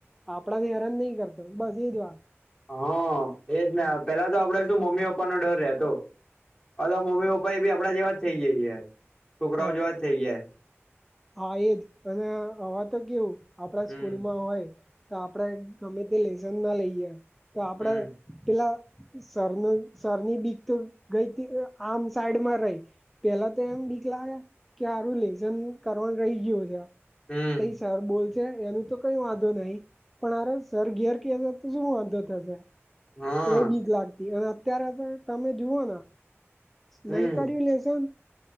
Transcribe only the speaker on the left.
હા એજ પેલા તો આપડે શું મમ્મી પપ્પા નો ડર રહેતો. હ તો મમ્મી પપ્પા એ ભી આપડા જેવા જ થઇ જઈ છોકરાઓ
જેવા જ થઈ જાય.
હમ
હમ
હમ
હા
હમ